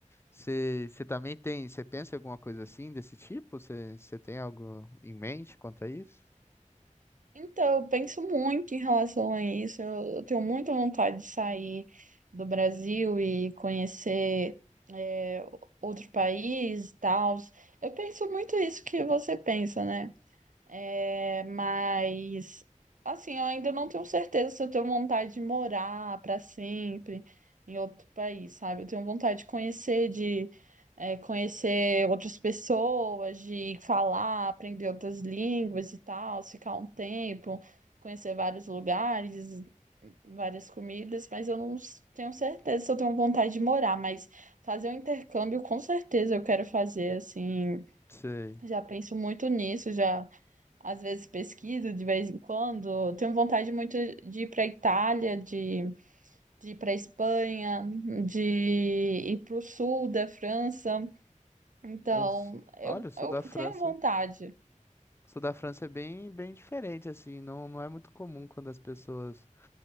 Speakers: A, on the left (about 20°); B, on the right (about 75°).
A: Você também tem, você pensa em alguma coisa assim, desse tipo? Você tem algo em mente quanto a isso?
B: Então, eu penso muito em relação a isso. Eu, eu tenho muita vontade de sair do Brasil e conhecer é, outro país e tal. Eu penso muito isso que você pensa, né? É, mas assim, eu ainda não tenho certeza se eu tenho vontade de morar para sempre em outro país, sabe? Eu tenho vontade de conhecer, de é, conhecer outras pessoas, de falar, aprender outras línguas e tal, ficar um tempo, conhecer vários lugares, várias comidas, mas eu não s- tenho certeza se eu tenho vontade de morar, mas fazer um intercâmbio com certeza eu quero fazer, assim,
A: Sei.
B: já penso muito nisso, já às vezes pesquiso de vez em quando. Tenho vontade muito de ir para Itália, de, de ir para Espanha, de ir para o sul da França. Então,
A: Ou, s-
B: eu,
A: olha, eu sou
B: eu
A: da França.
B: tenho vontade.
A: Sou da França é bem, bem diferente, assim. Não, não é muito comum quando as pessoas